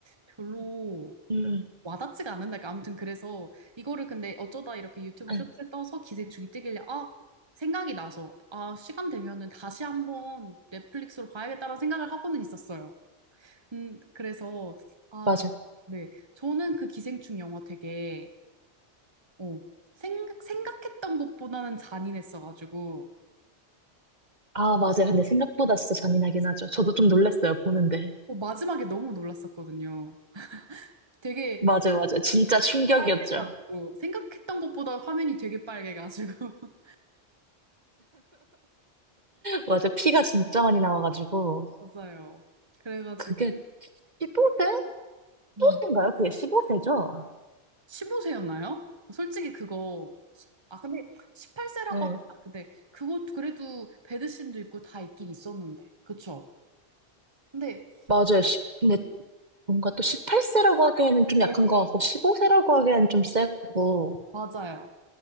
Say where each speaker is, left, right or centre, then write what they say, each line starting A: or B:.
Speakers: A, on the right; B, on the right.
A: 별로
B: 음, 음.
A: 와닿지가 않는다. 그러니까 아무튼 그래서 이거를 근데 어쩌다 이렇게 유튜브
B: 네.
A: 쇼츠에 떠서 기생충이 뜨길래 아, 생각이 나서 아, 시간 되면은 다시 한번 넷플릭스로 봐야겠다라는 생각을 하고는 있었어요. 음, 그래서
B: 맞아요.
A: 네. 저는 그 기생충 영화 되게, 어, 생각, 생각했던 것보다는 잔인했어가지고,
B: 아, 맞아요. 근데 생각보다 진짜 잔인하긴 하죠. 저도 좀 놀랐어요, 보는데.
A: 어, 마지막에 너무 놀랐었거든요. 되게
B: 맞아요, 맞아요. 진짜 충격이었죠.
A: 빨개가지고, 생각했던 것보다 화면이 되게 빨개가지고. <laughs>
B: 맞아. 피가 진짜 많이 나와가지고.
A: 맞아요. 그래가지고,
B: 그게 15세? 15세인가요?
A: 음,
B: 그게 15세죠?
A: 15세였나요? 솔직히 그거, 십- 아, 근데 18세라고,
B: 네.
A: 근데 그거 그래도 배드신도 있고 다 있긴 있었는데. 그쵸? 근데,
B: 맞아요. 십- 근데 뭔가 또 18세라고 하기에는 좀
A: 네.
B: 약한 것 같고, 15세라고 하기에는 좀 세고.
A: 맞아요.